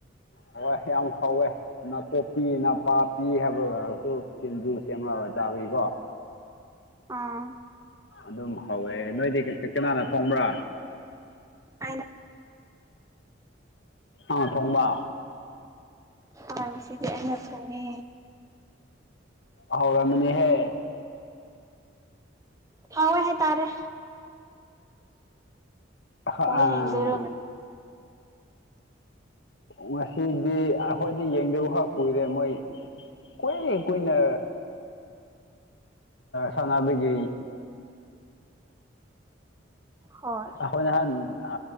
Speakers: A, on the left (about 70°); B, on the right (about 20°).
A: ꯍꯣꯏ ꯌꯥꯝ ꯍꯥꯎꯋꯦ ꯅꯥꯀꯣꯛꯄꯤ ꯅ ꯄꯥꯄꯤ ꯍꯥꯏꯕ ꯑꯣꯏꯔꯒꯁꯨ ꯁꯤꯡꯖꯨ ꯁꯦꯝꯃꯒ ꯆꯥꯕꯤꯀꯣ ꯎꯝ
B: ꯑꯥ
A: ꯑꯗꯨꯝ ꯍꯧꯋꯦ ꯅꯣꯏꯗꯤ ꯀꯅꯥꯅ ꯊꯣꯡꯕ꯭ꯔꯥ
B: ꯑꯩꯅ
A: ꯑꯥ ꯊꯣꯡꯕ
B: ꯍ ꯁꯤꯗꯤ ꯑ ꯅ ꯊꯅꯦ
A: ꯍꯥꯎꯔ ꯑꯃꯅꯤꯅꯤꯍꯦ
B: ꯍꯥꯎ ꯍꯥꯏ ꯇꯥꯔꯦ
A: ꯑꯥ
B: ꯑꯣ ꯌꯦꯡꯗꯔ
A: ꯉꯁꯤꯗꯤ ꯑꯩꯈꯣꯏꯗꯤ ꯌꯦꯡꯗꯕ ꯈꯛ ꯀꯨꯏꯔꯦ ꯃꯣꯏ ꯀꯣꯏ ꯀꯣꯏꯅ ꯁꯅꯥꯗꯨꯗꯒꯤ
B: ꯍꯣꯏ
A: ꯑꯈꯣꯏꯅꯍꯥꯟ ꯑ